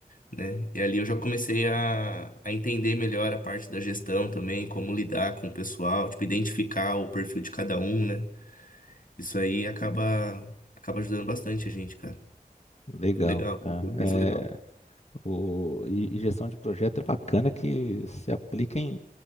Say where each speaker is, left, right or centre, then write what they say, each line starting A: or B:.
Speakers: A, on the left; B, on the left.
A: né? E ali eu já comecei a, a entender melhor a parte da gestão também, como lidar com o pessoal, tipo, identificar o perfil de cada um, né? Isso aí acaba, acaba ajudando bastante a gente, cara.
B: Legal,
A: Foi legal,
B: cara.
A: foi um curso
B: É,
A: legal.
B: o, e e gestão de projeto é bacana que se aplica em,